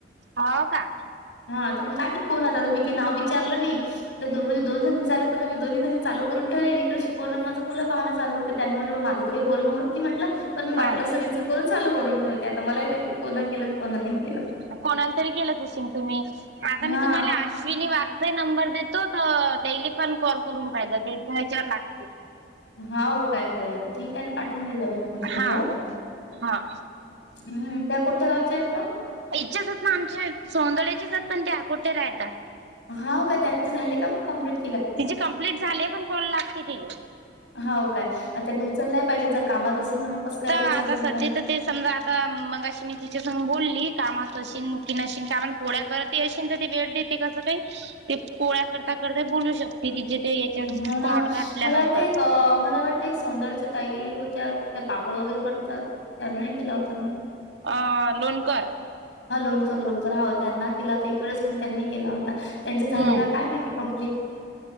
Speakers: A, on the right; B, on the left.
A: हो का?
B: हा तर मग काय माहित कोण होता काय नाव विचारलं नाही ल म्हणज दो जण विचचाललं तर मी दो् चालू <unintelligible> करून ठेले इकडे शिकवणार माझं मुलं पहान चालू होते त्यांना म्हटलं माझं तर काही बोलणं होत नाही म्हटलं पण मी
A: हा
B: वाटलं अस रिसीव्ह करून चालू करून ठेवते आताल मलाही माहितीे नाही कोणाला केलं आणि कोण नाही केलं
A: कोणांला तरी केलांच अशील तु तुम्हीं आता मी
B: हां,
A: तुम्हांला अश्विनी वाघचा नंबर देतो तर तेले पण कॉल करून पाहिजे त्याचा विचार लागतील
B: हो काय बरं ठीक आहे ना पाठवून देेत मी माझ्या
A: हा
B: या्याच्यावर.
A: हा
B: हम्म त्या कोणत्या गावच्या आहेत ना
A: इच्छाचात ना आमच्या सोंदड्याच्याचात पण ते आकुठे राहतात
B: हो काय त्यांच झाले का मग कम्प्लीट
A: तिची कम्प्लीट झाले पण कॉल लागते तिले
B: हो काय आता तिने त उचललाय पाहिजे जर कामात असेल तर मग कसं काय
A: तर
B: उचलतील
A: आता सध्या
B: त्या
A: तर ते समजा आता मगाशी मी तिच्यासंग बोलली कामात असशील की नशीन कारण पोळ्या करत येश तर ते वेळ देते कसं काही ते पोळ्या करता करता बोलू शकते त तिचे ते याच्या
B: हा ना
A: कॉट घातल्यानंतर
B: मला वाटतं एक मला वाट प्रत्येक सौंदर्याच्या ताई होत्या त्या पापड वगैरे करतात त्यांनाही केला होता मी
A: अ लोणकर
B: हा लोणकर लोणकर हा हो त्यांना केला तर एक वेळेस म त्यांनी केला होता त्यांचे झाले
A: हम्म
B: का काय माहिती. कंप्लीट